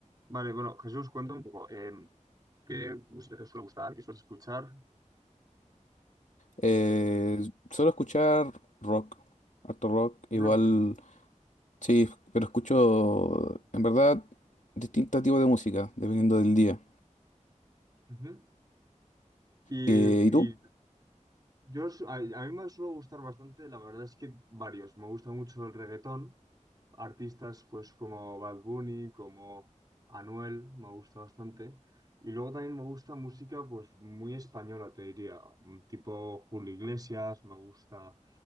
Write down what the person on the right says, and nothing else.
Vale, bueno, Jesús, cuenta un poco. eh, ¿qué usted suele gustar? ¿Qué suele escuchar?
Rock.
Ujú. Y,
y
yo, su- a, a mí me suele gustar bastante, la verdad es que varios. Me gusta mucho el reggaetón, artistas pues como Bad Bunny, como Anuel, me gusta bastante. Y luego también me gusta música pues muy española, te diría, mm, tipo Julio Iglesias, me gusta